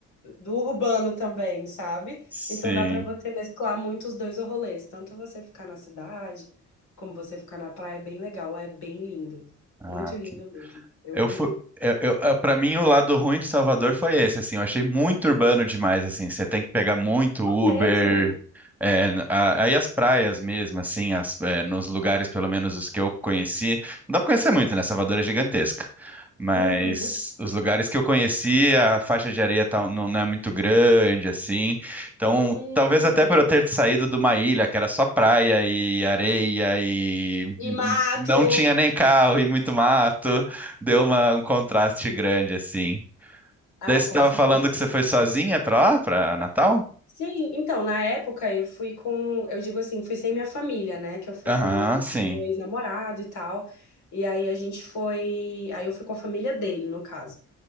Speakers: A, on the left; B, in the centre.
A: do urbano também, sabe?
B: sim.
A: Então dá para você mesclar muito os dois rolês, tanto você ficar na cidade, como você ficar na praia, é bem legal, lá é bem lindo,
B: Ah,
A: muito lindo mesmo. Eu
B: Eu
A: amei.
B: fui, eu, eu, ah, pra mim, o lado ruim de Salvador foi esse, assim, eu achei muito urbano demais, assim, você tem que pegar muito Uber,
A: É mesmo?
B: é, a- aí as praias mesmo, assim, as, é, nos lugares, pelo menos os que eu conheci, não dá pra conhecer muito, né, Salvador é gigantesca, mas
A: Uhum.
B: os lugares que eu conheci, a faixa de areia tá- não, não é muito grande, assim, então,
A: Hum.
B: talvez até por eu ter saído de uma ilha que era só praia e areia e
A: E mato.
B: não tinha nem carro e muito mato, Deu uma- um contraste grande, assim.
A: Ah,
B: Daí você
A: com
B: tava
A: certeza.
B: falando que você foi sozinha pra lá, pra Natal?
A: Sim, então, na época eu fui com, eu digo assim, fui sem minha família, né? Que eu fui
B: Aham,
A: com,
B: sim.
A: com meu ex-namorado e tal. E aí a gente foi, aí eu fui com a família dele, no caso.